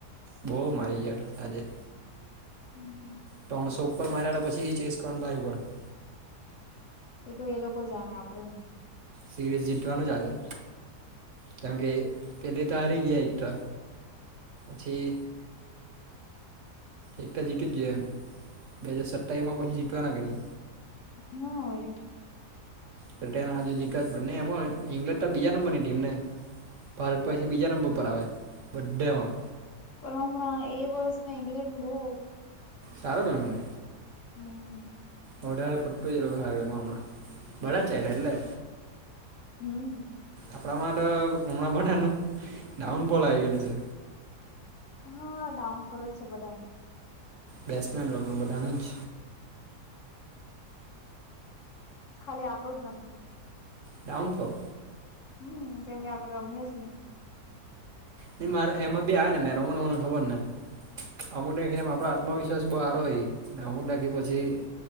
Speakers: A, on the right (about 55°); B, on the left (about 55°).
A: બહુ મારી ગયા આજે.
B: હમ્મ.
A: ટોણસો ઉપર માર્યા તો પછી ચેસ કરનું ભારી પડે.
B: એ તો એલોકો જાણે આપડે
A: સિરીઝ જીતવાનું જ આજે, કેમ કે પેલી તો હારી ગ્યા ઈજ તો પછી એક તો જીતી ગ્યા એમ બે હજાર સત્તાવીમાં પછી જીટવાના કે ની?
B: ન વરી.
A: બ્રિટેન હાજુ જીતવા જ પડે ને એમાં ઈંગ્લેડ તો બીજા નંબરની ટીમ ને? ભારત પછી બીજા નંબર પર આવે બધેમાં.
B: પણ હમણાં એ વરષમાં ઇંગ્લેન્ડ બઉ
A: સારો રઈમું ને.
B: હા.
A: વઢારે પટ્ટું જ એ લોકોએ હારુ રઈમું હમણાં બડા ચાલા એટલે.
B: હમ્મ.
A: આપણામાં તો હમણાં બધાનું ડાઉન ફોલ આવી ગયેલું છે.
B: હા ડાઉન ફોલ જ છે બધાનું.
A: બેટ્સમેન લોગનું બધાનું જ.
B: ખાલી આપણુ જ નથી.
A: ડાઉનફોલ?
B: હમ્મ કેમ કે આપડે રમીયેજ ની.
A: ને મારે એમાં બી આવે ને મે રમુને મને ખબર ને. અમુંકને એમ આપણા આત્મવિશ્ વાસ બો હારો હોઈ ને અમુક નાખી પછી